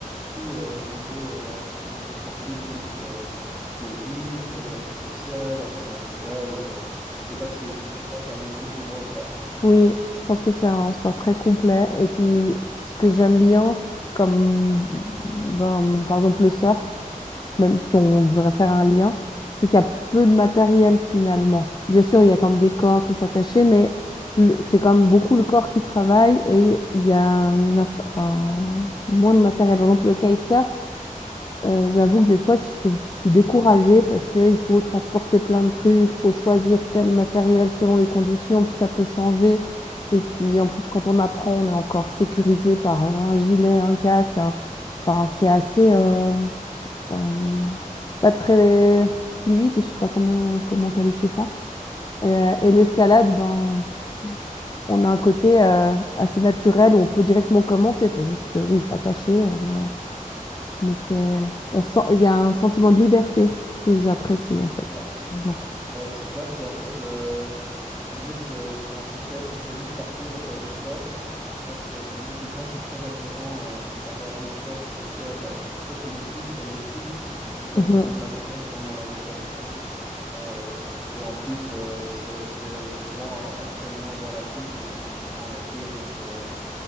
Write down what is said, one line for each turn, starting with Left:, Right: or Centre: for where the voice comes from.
Centre: tout euh, niveau, euh, niveau sportif. Donc, euh, pour les muscles, l'aspect social, l'aspect naturel. euh, je ne sais pas si, si tu penses la même chose que moi ou pas.
Left: Oui, je pense que c'est un sport très complet. Et puis, ce que j'aime bien, comme ben, par exemple le surf, même si on devrait faire un lien, c'est qu'il y a peu de matériel finalement. Bien sûr, il y a comme
Centre: Ouais.
Left: des corps, il faut s'attacher, mais le- c'est quand même beaucoup le corps qui travaille et il y a une infra- enfin, moins de matériel. Par exemple, le kitesurf, euh, j'avoue que des fois, je trouve, je suis découragée parce qu'il faut transporter plein de trucs, il faut choisir tel matériel selon les conditions, puis ça peut changer. Et puis, en plus, quand on apprend, on est encore sécurisé par un gilet, un casque. un- Enfin, c'est assez. euh, Enfin, c'est pas très fluide, je sais pas comment, comment qualifier ça. Euh, et l'escalade,
Centre: Non, non, je-
Left: ben, on a un côté euh, assez naturel où on peut directement commencer. Il faut juste, euh, oui, s'attacher, euh, mais, mais c'est, on sent, il y a un sentiment de liberté que j'apprécie en fait.
Centre: ouais.
Left: dedans.
Centre: Ouais, c'est clair qu'en fait, euh, se dire que sur un coup de tête, on peut juste partir et faire du sport, je pense que pour beaucoup de gens, c'est très attirant, euh, comparé à d'autres sports qui requièrent ben, soit une équipe comme le foot, ou soit
Left: Mhm.
Centre: beaucoup de matériel comme euh, le kitesurf. Euh, et en plus, euh, c'est, c'est souvent euh, pas très loin dans la ville ou en nature. Donc, euh,